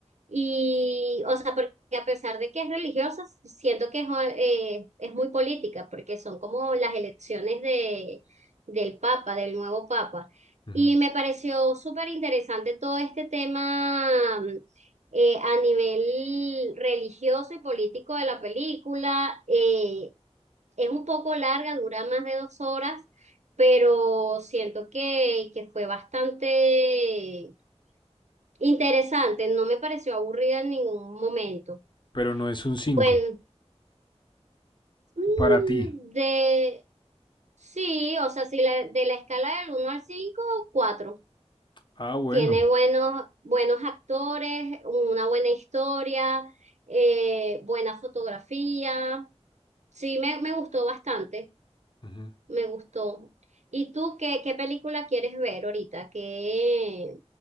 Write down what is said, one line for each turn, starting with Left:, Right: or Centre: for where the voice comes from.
Right: y, o sea, porque a pesar de que es religiosa, siento que es, eh, es muy política, porque son como las elecciones de, del Papa, del nuevo Papa.
Left: ujú,
Right: Y me pareció súper interesante todo este tema eh, a nivel religioso y político de la película. eh, es un poco larga, dura más de dos horas, pero siento que, que fue bastante interesante. No me pareció aburrida en ningún momento.
Left: pero no es un 5
Right: Bueno, mm,
Left: para ti?
Right: de... Sí, o sea, si la- de la escala del uno al cinco cuatro
Left: Ah, bueno.
Right: Tiene buenos, buenos actores, una buena historia, eh, buena fotografía. Sí, me, me gustó bastante,
Left: ujú.
Right: me gustó. ¿Y tú qué, qué película quieres ver ahorita? ¿Qué,